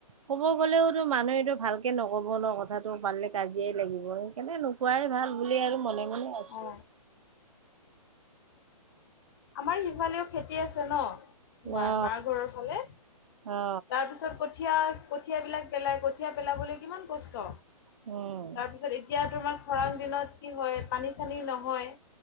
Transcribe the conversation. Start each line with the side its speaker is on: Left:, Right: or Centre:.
Right: ক'ব গ'লেওতো মানুহটো ভালকে নকব ন কথাত পালে কাজিয়াই লাগিব, সেইকাৰণে নোকোৱাই ভাল বুলি আৰু মনে মনে আছো
Left: অ আমাৰ সিফালেও খেতি আছে ন তোমাৰ
Right: অ
Left: মাৰ ঘৰৰ ফালে।
Right: অ
Left: তাৰ পিছত কঠিয়া কঠিয়াবলাক পেলাই কঠিয়া পেলাবলৈ কিমান কষ্ট,
Right: উম
Left: তাৰপিছত এতিয়া তোমাক খৰাং দিনত কি হয় পানী চানী নহয়,